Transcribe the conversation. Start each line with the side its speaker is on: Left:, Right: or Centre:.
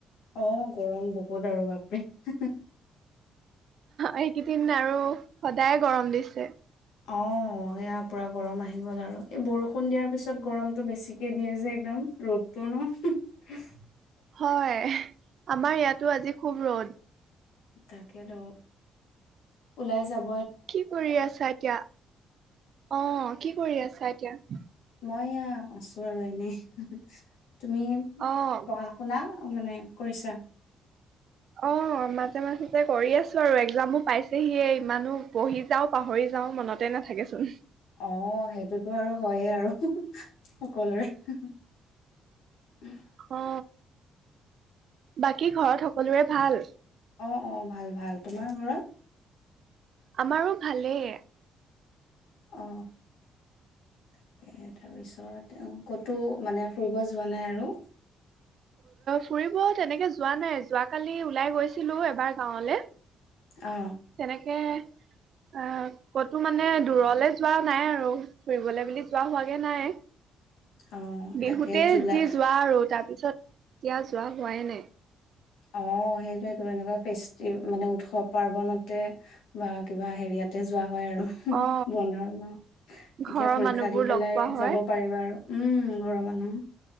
Left: অ গৰম বহুত আৰু বাপৰে
Right: এইকেইদিন আৰু সদায় গৰম দিছে
Left: অ সয়া পুৰা গৰম আহি গ'ল আৰু এই বৰষুণ দিয়াৰ পিছত গৰমতটো বেছিকে দিয়ে যে একদম, ৰ'দটো ন
Right: হয় আমাৰ ইয়াতো আজি খুব ৰ'দ
Left: তাকেত ওলাই যাব
Right: কি কৰি আছা এতিয়া অ কি কৰি আছা এতিয়া?
Left: মই এয়া আছো আৰু এনেই তুমি
Right: অ
Left: পঢ়া শুনা মানে কৰিছা
Right: অ মাজে মাজেতে কৰি আছো আৰু একজামো পাইছেহি ইমানো পঢ়ি যাও পাহৰি যাও মনতে নাথাকেচোন
Left: অ সেইটোতো আৰু হয়ে আৰু সকলোৰে <unintelligible>
Right: অ বাকী ঘৰত সকলোৰে ভাল?
Left: অ অ ভাল ভাল। তোমাৰ ঘৰত?
Right: আমাৰো ভালেই
Left: অ তাকে তাৰপিছত ক'তো মানে ফুৰিব যোৱা নাই আৰু
Right: ফুৰিব তেনেকে যোৱা নাই যোৱ কালি ওলাই গৈ গৈছিলো এবাৰ গাঁওলৈ
Left: অ
Right: তেনেকে অ কতো মানে দূৰলে যোৱা নাই আৰু ফুৰিবলৈ বুলি যোৱা হোৱাগে নাই
Left: অ
Right: বিহুতে
Left: তাকে জুলাই
Right: যি যোৱা আৰু তাৰ পিছত পিছত এতিয়া যোৱা হোৱাই নাই
Left: অ সেইৱেটো এনেকুৱা ফেষ্টি মানে উৎসৱ পাৰ্বনতে বা কিবা হেৰিয়াতে যোৱা হয় আৰু
Right: অ
Left: বন্ধ এতিয়া
Right: ঘৰৰ
Left: পৰীক্ষা
Right: মানুহবোৰ
Left: দি পেলাই
Right: লগ পোৱা হয়
Left: যাব পাৰিবা আৰু উম ঘৰৰ মানুহ